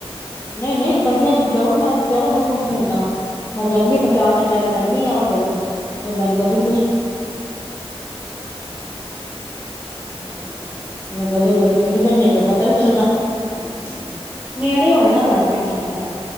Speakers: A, on the left; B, on the right.
A: ਨਹੀਂ -ਨਹੀਂ ਦ ਜਾ ਮੈਨ ਜ਼ਰਾ ਮਹਿਸੂਸ ਨਹੀਂ ਹੁੰਦਾ ਮੈਂ ਜਾਂਦੀ
B: ਹੂੰ,
A: ਬਜਾਰ ਦੇ ਟਾਈਮ ਜਾਂਦੀ ਹਾਂ ਉੱਧਰ ਜਮੁਨਾ
B: ਅੱਛਾ-ਅੱਛਾ,
A: ਨਗਰ ਗਲੀ 'ਚ
B: ਅੱਛਾ-ਅੱਛਾ,
A: ਗਲੀ -ਗਲੀ ਚਲੀ ਜਾਂਦੇੇ ਪਤਾ ਨੀ ਚੱਲਦਾ।
B: ਹਮ ਹਮ ਨੇੜੇ ਹੋਣੇ ਨਾ ਤੁਹਾਡੇ ਪੇਕੇ ਹੈ ਨਾ।